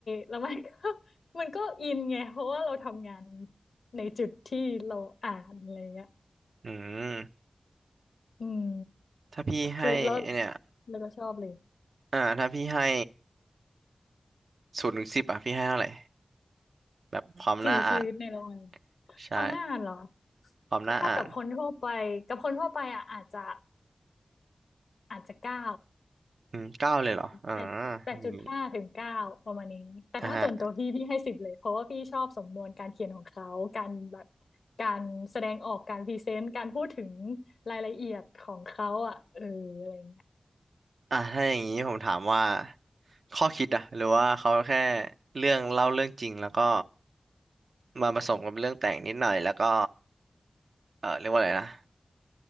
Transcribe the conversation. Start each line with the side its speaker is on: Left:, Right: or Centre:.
Left: แล้วมันก็ <laughs> มันก็อินไงเพราะว่าเราทำงานในจุดที่เราอ่านอะไรเงี้ย
Right: อืม
Left: อืม
Right: ถ้าพี่ให้ไอ้เนี่ย
Left: คือแล้วแล้วก็ชอบเลย
Right: อ่าถ้าพี่ให้ศูนย์ถึงสิบอ่ะพี่ให้เท่าไหร่แบบความน่าอ่าน
Left: สิ่งมีชีวิตในโรงงาน
Right: ใช่
Left: ความน่าอ่านเหรอ
Right: ความน่าอ่าน
Left: ถ้ากับคนทั่วไปกับคนทั่วไปอ่ะอาจจะอาจจะเก้า
Right: อืมเก้าเลยเหรออ่า
Left: แปดแปดจุดห้าถึงเก้าประมาณนี้
Right: อย่างงี้
Left: แต่ถ้าส่วนตัวพี่พี่ให้สิบเลย
Right: อ่า
Left: เพราะว่าพี่ชอบสำนวนการเขียนของเขา การแบบการแสดงออกการพรีเซนต์การพูดถึงรายละเอียดของเขาอ่ะเอออะไรเงี้ย
Right: อ่ะถ้าอย่างนี้ผมถามว่าข้อคิดอะหรือว่าเขาแค่เรื่องเล่าเรื่องจริงแล้วก็มาผสมกับเรื่องแต่งนิดหน่อยแล้วก็เออเรียกว่าอะไรนะ